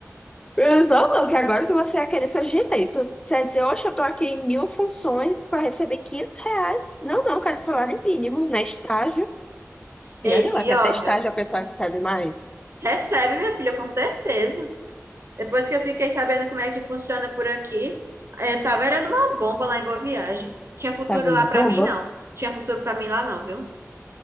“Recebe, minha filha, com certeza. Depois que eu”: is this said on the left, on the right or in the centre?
Right